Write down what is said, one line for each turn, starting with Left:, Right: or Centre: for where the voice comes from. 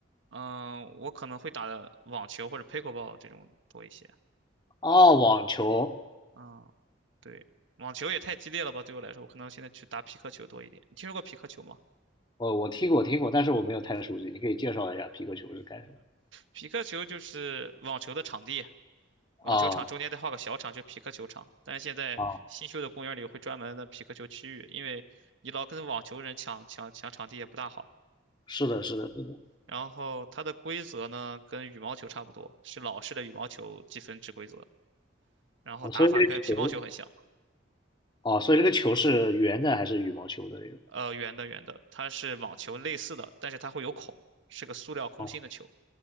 Right: 嗯，我可能会打的网球或者 pickleball 这种多一些。
Left: 哦，网球，
Right: 嗯，对，网球也太激烈了吧，对我来说，我可能现在去打匹克球多一点。你听说过匹克球吗？
Left: 哦，我听过听过，但是我没有太熟悉，你可以介绍一下皮克球是干什么
Right: 匹克球就是网球的场地，网球场中间再画个小场，
Left: 的？啊
Right: 就匹克球场。但是现在新修的公园里会专门的匹克球区域，
Left: 啊，
Right: 因为你老跟网球人抢抢抢场地也不大好。
Left: 是的，是的，是的
Right: 然后它的规则呢，跟羽毛球差不多，是老式的羽毛球积分制规则，然后打法跟乒乓球很像。
Left: 哦，所以这个球，哦，所以这个球是圆的还是羽毛球的那种？
Right: 呃，圆的圆的，它是网球类似的，但是它会有孔，是个塑料空心的球。
Left: 哦